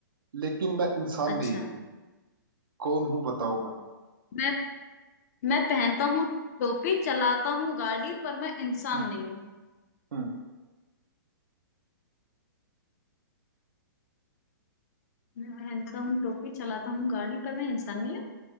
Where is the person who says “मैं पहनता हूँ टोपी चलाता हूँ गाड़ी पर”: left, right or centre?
Left